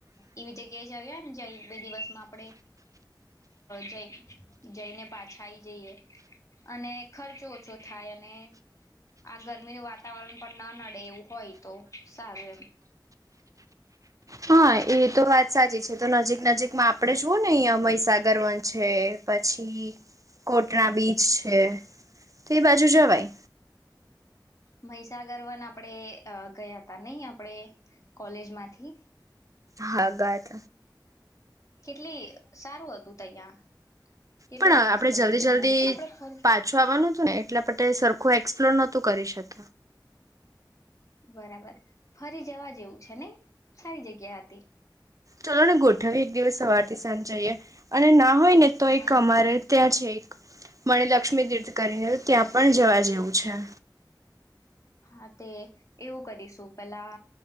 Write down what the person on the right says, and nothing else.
હા એ તો વાત સાચી છે તો નજીક નજીકમાં આપડણે જુવઓ ને અહંયા મહીસાગર વન છે પછી કોટણા બીચ છે તો એ બાજુ જવાય.
હા ગાયત.
પણ
આપડે જલ્દી
જલ્દી
પાછું આવવાનું હતું ને એટલા માટે સરખું એક્સપ્લોર નહોતું. તો કરી શક.
ચલો ને ગોઠ વ એકખગ સવાર. જઈએ અને ના હોય ને તો
એક
અમારે
ત્યાં છે એક મણે લક્ષ્મી તીર્થ કરીને ત્યાં પણ જવા જઈ. એવું છે.